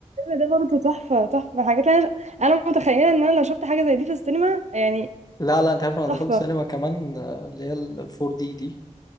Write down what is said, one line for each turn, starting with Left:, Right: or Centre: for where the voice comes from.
Right: ده برضه تحفة تحفة حاجات انا انا متخيلة ان انا لو شفت حاجة زي دي في السينما يعني
Left: لا لا انت عارف انا
Right: تحفة
Left: دخلت سينما كمان آه، اللي هي ال 4 دي دي